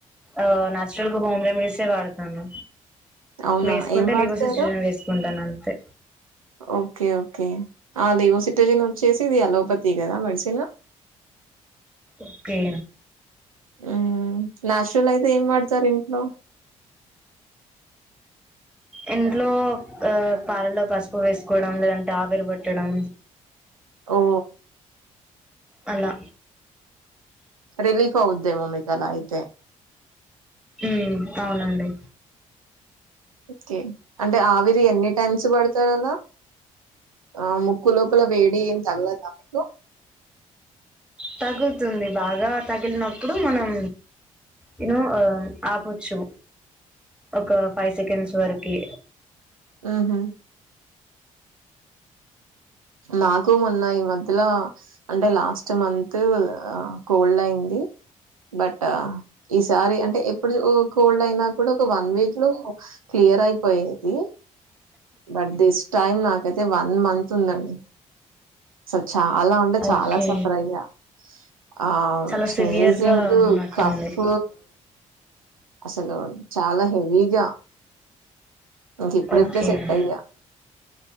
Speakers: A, in the centre; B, on the right.
A: ఆ నాచురల్ హోమ్ రెమెడీసే వాడతాను
B: అవునా
A: వేసుకుంటే
B: ఏం వాడతారు
A: లివో సిట్రిజన్ వేసుకుంటాను అంతే
B: ఓకే ఓకే ఆ లీవోసిట్రజిన్ వచ్చేసి ఇది అలోపతి కదా మెడిసిన్
A: ఓకే
B: ఉ నాచురల్ అయితే ఏం వాడతారు ఇంట్లో
A: ఇంట్లో ఆ పాలల్లో పసుపు వేసుకోవడం లేదంటే ఆవిరిపట్టడం
B: ఓ
A: అలా
B: రిలీఫ్ అవుద్దెయో మికలా అయితే
A: ఉమ్ అవునండి
B: ఓకే అంటే ఆవిరి ఎన్ని టైమ్స్ పడతారు అల ఆ ముక్కు లోపల వేడి ఏం తగలదా మీకు
A: తగులుతుంది బాగా లా తగిలినప్పుడు మనం యునో ఆపచ్చు ఒక ఫైవ్ సెకండ్స్ వరకి
B: మ్ హు నాకు మొన్న ఈ మధ్యల అంటే లాస్ట్ మంత్ ఆ కోల్డ్ అయింది బట్ ఈసారి అంటే ఎప్పుడు కోల్డ్ అయినా కూడా ఒక వన్ వీక్ లో క్లీ యర్ అయిపోయేది బట్ దిస్ టైమ్ నాకైతే వన్ మంత్ ఉందండి అసలు చాలా ఉంటే చాలా
A: ఓకే
B: సఫర్ అయ్యా ఆ
A: చాలా
B: స్నీజింగ్
A: సివియర్ గా ఉన్నట్టుంది
B: కఫ్ అసలు చాలా హెవీగా ఇప్పుడు
A: ఓకే
B: ఇప్పుడే సెట్ అయ్యా